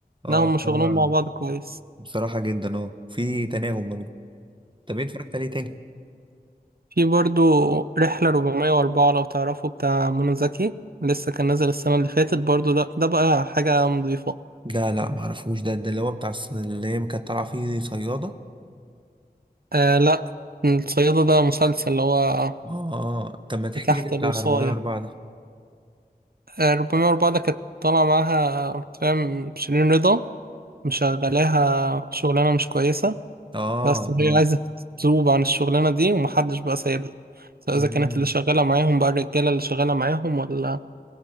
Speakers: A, on the right; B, on the right.
A: اه
B: لا هما شغلهم
A: هما
B: مع بعض كويس
A: بصراحة جدا اه في تناغم ما بينهم طب ايه اتفرجت عليه تاني؟
B: في برضو رحلة 404 لو تعرفوا بتاع منى زكي لسه كان نازل السنة اللي فاتت برضو ده ده بقى حاجة نظيفة
A: ده لا معرفوش ده ده اللي هو بتاع الص- اللي هي كانت طالعة فيه صيادة
B: آه لا الصيادة ده مسلسل اللي هو
A: اه طب ما تحكي
B: تحت
A: لي كده
B: الوصاية
A: بتاع 404 ده
B: آه 404 ده كانت طالعة معاها فاهم شيرين رضا مشغلاها شغلانة مش كويسة
A: اه
B: بس
A: اه
B: هي عايزة تذوب عن الشغلانة دي ومحدش بقى سايبها سواء
A: مم.
B: إذا كانت اللي شغالة معاهم بقى الرجالة اللي شغالة معاهم ولا